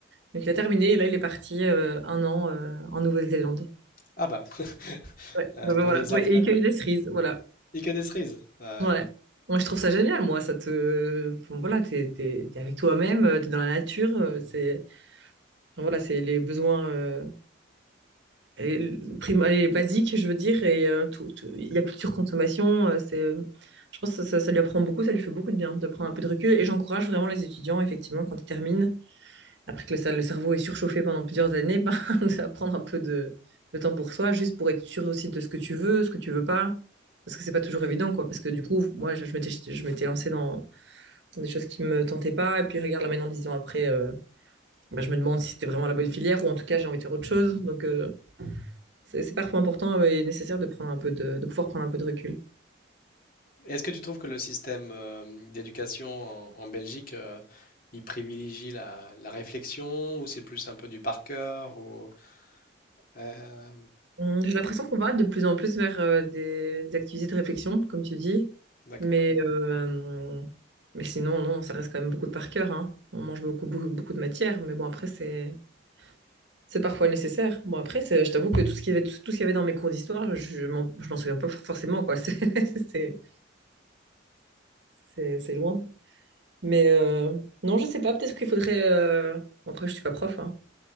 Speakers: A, on the right; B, on the left.
A: Donc il a terminé et là il est parti euh, un an euh, en Nouvelle-Zélande.
B: Ah bah, <laughs>
A: Ouais,
B: un
A: bah,
B: bon
A: bah, voilà.
B: exemple.
A: Ouais, et il cueille des cerises, voilà.
B: Et que des cerises. Euh,
A: Ouais. Moi, je trouve ça génial, moi. Ça te... enfin, voilà, t'es, t'es, t'es avec toi-même, euh, t'es dans la nature. euh, C'est... enfin, voilà, c'est les besoins euh, et l- prim- et basiques, je veux dire. Et euh, tout, tout- il y a plus de surconsommation. euh, c'est... Je pense que ça, ça- ça lui apprend beaucoup, ça lui fait beaucoup de bien de prendre un peu de recul. Et j'encourage vraiment les étudiants, effectivement, quand ils terminent, après que le, le cerveau est surchauffé pendant plusieurs années, <laughs> ben, de prendre un peu de, de temps pour soi, juste pour être sûr aussi de ce que tu veux, ce que tu veux pas. Parce que c'est pas toujours évident, quoi. Parce que du coup, moi, je je m'étais je m'étais lancée dans des choses qui me tentaient pas. Et puis regarde là maintenant, dix ans après, euh, bah, je me demande si c'était vraiment la bonne filière ou en tout cas j'ai envie de faire autre chose. Donc euh, c'est c'est parfois important euh, et nécessaire de prendre un peu de, de pouvoir prendre un peu de recul.
B: est-ce que tu trouves que le système euh, d'éducation en, en Belgique, euh, il privilégie la, la réflexion, ou c'est plus un peu du par cœur, ou euh,
A: Hum, J'ai l'impression qu'on va de plus en plus vers euh, des, des activités de réflexion, comme tu dis,
B: d'accord.
A: mais euh, mais sinon non, ça reste quand même beaucoup de par cœur. hein. On mange beaucoup, beaucoup beaucoup de matière, mais bon après c'est c'est parfois nécessaire. Bon après, c'est- je t'avoue que tout ce qu'il y avait tout, ce qu'il y avait dans mes cours d'histoire, je m'en je m'en souviens pas forcément quoi. <laughs> C'est c'est c'est- c'est loin. Mais euh, non, je sais pas, peut-être qu'il faudrait... euh, bon, Après, je suis pas prof, hein,